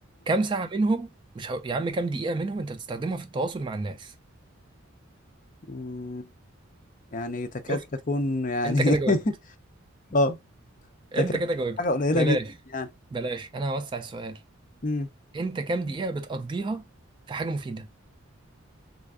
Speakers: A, on the right (about 20°); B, on the left (about 40°).
A: كام ساعه منهم مش هو... يا عم كام دقيقه منهم انت بتستخدمها في التواصل مع الناس
B: ممكن يعني تكاد
A: شفت
B: تكون يعني
A: انت كده جاوبت
B: <laughs> اه تكاد
A: انت كده
B: تكون
A: جاوبت
B: حاجة قليلة
A: بلاش
B: جدا يعني
A: بلاش انا هوسع السؤال
B: امم
A: انت كام دقيقه بتقضيها في حاجه مفيده